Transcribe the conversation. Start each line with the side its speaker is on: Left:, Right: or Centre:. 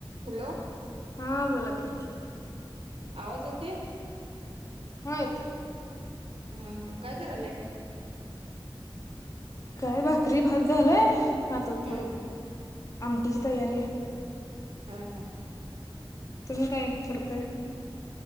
Right: Hello.
Left: हा बोला की
Right: आवाज येते.
Left: हा येतोय.
Right: हा काय करायलय.
Left: काय भाकरी भात झालाय आता
Right: हम्म.
Left: थोडं. आमटीची तयारी
Right: हा हा.
Left: तुम्ही काय करताय.